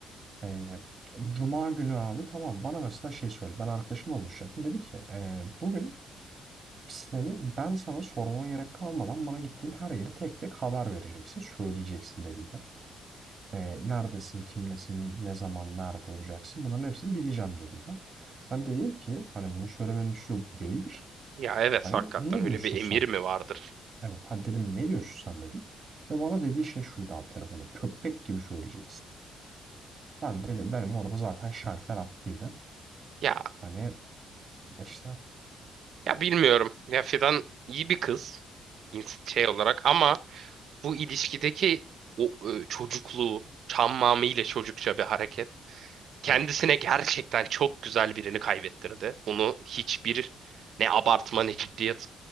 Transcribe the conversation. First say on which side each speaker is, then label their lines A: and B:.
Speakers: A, on the right; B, on the right.
A: Ee, Cuma günü abi tamam bana mesela şey söyledi. Ben arkadaşımla buluşacaktım. Dedi ki "Ee, bugün senin ben sana sormama gerek kalmadan bana gittiğin her yeri tek tek haber vereceksin. Söyleyeceksin dediydi. Ee, neredesin, kimlesin, ne zaman, nerede olacaksın bunların hepsini bileceğim dediydi. Ben dedim ki hani bunu söylemenin üslubu bu değildir.
B: Ya evet
A: Hani
B: hakikaten
A: ne diyorsun
B: öyle bir emir
A: sen?
B: mi vardır?
A: Evet hani dedim ne diyorsun sen dedim. Ve bana dediği şey şuydu abi telefonu köpek gibi söyleyeceksin. Ben de benim orada zaten şalter attıydı.
B: Ya
A: Hani İşte.
B: ya bilmiyorum. Ya Fidan iyi bir kız ins- şey olarak ama bu ilişkideki o e, çocukluğu, çammamı ile çocukça bir hareket. Kendisine
A: Evet.
B: gerçekten çok güzel birini kaybettirdi. Bunu hiçbir ne abartma ne ciddiyet